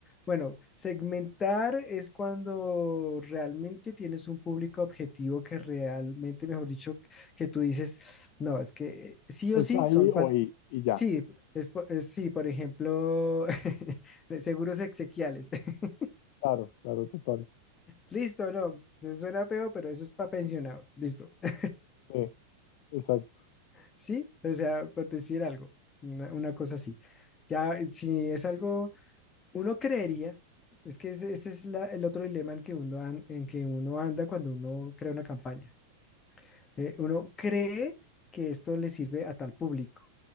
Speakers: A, on the left; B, on the left.
A: bueno, segmentar es cuando realmente tienes un público objetivo que realmente, mejor dicho, que tú dices, no, es que sí
B: es
A: o sí
B: ahí
A: son par-
B: o ahí y ya.
A: Sí, es, po- es- sí, por ejemplo, <laughs> de seguros exequiales. <laughs>
B: Claro, claro, total.
A: Listo, no, suena feo, pero eso es para pensionados. Listo. <laughs>
B: Sí, exacto.
A: Sí, o sea, por decir algo, una, una cosa así. Ya, si es algo Uno creería, es que ese, ese es la- el otro dilema en que uno, an- en que uno anda cuando uno crea una campaña. Eh, uno cree que esto le sirve a tal público,